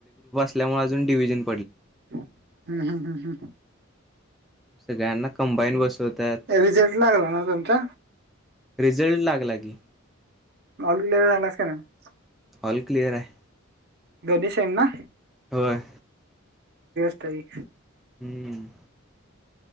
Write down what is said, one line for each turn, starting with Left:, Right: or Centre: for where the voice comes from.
Centre: आपल्यामुळे अजून डिव्हजन
Right: हम्म. हम्म. हम्. हम्.
Centre: सगळ्यांना कंबाईन बसवत्यात.
Right: रिझल्ट लागला ना तुमचा
Centre: रिझल्ट लागला की.
Right: कॉलेजला <unintelligible> काय नाहीस.
Centre: ऑल क्लिअर हाय.
Right: गणेश एम ना.
Centre: होय.
Right: तय.
Centre: हम्म.